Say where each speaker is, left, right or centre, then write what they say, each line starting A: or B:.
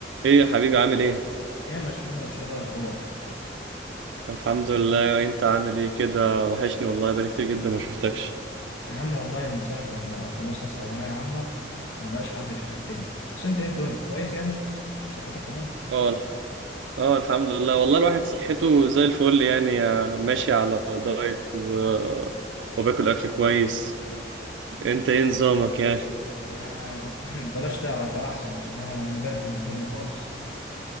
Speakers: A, on the right; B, on the left.
A: ايه يا حبيبي عامل ايه؟
B: ايه يا مشموش ايه الاخبار
A: الحمد لله انت عامل ايه كده وحشني والله بقالي كتير جدا ما شفتكش
B: يا عم والله من ساعه لما خلصنا ثانويه عامه ومبقاش حد يشوف التاني بس انت ايه الدنيا كويس يعني صحتك تمام
A: اه الح- اه الحمد لله والله الواحد صحته زي الفل يعني آه، ماشي على دايت و... وباكل اكل كويس انت ايه نظامك يعني؟
B: آه، <laughs> بلاش تعرف بقى احسن عشان انا مبهدل الدنيا خالص